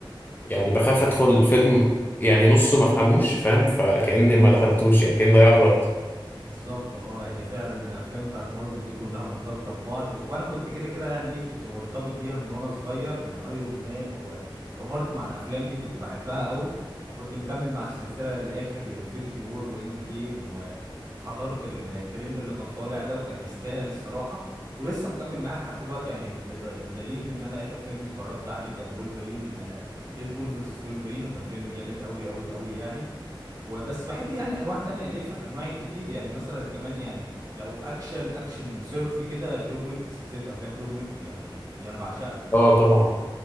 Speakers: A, on the left; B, on the right.
A: يعني بخاف ادخل الفيلم يعني نصه ما فهموش فاهم فكأني ما دخلتوش يعني كأني ضيعت وقت
B: بالظبط اه هي فعلا الافلام بتاعت مارفل دي كلها مرتبطه ببعض وانا كنت كده كده يعني ايه كنت مرتبط بيها من وانا صغير من ايرون مان وكبرت مع الافلام دي كنت بحبها قوي فكنت مكمل مع السلسله للاخر لانفينيتي وور واند جيم و... وحضرت ال- الترند اللي كان طالع ده وكان يستاهل الصراحه ولسه مكمل معاها لحد دلوقتي يعني بد... بدليل ان انا اخر فيلم اتفرجت عليه كان وولفرين ديد بول فيرسس وولفرين وكان فيلم جامد قوي قوي قوي يعني وبس بحب يعني انواع تانية ليه في الانواع الكتير يعني مثلا كمان يعني لو اكشن اكشن صرف كده جون ويك سلسلة افلام جون ويك يعني دي انا بعشقها
A: اه طبعا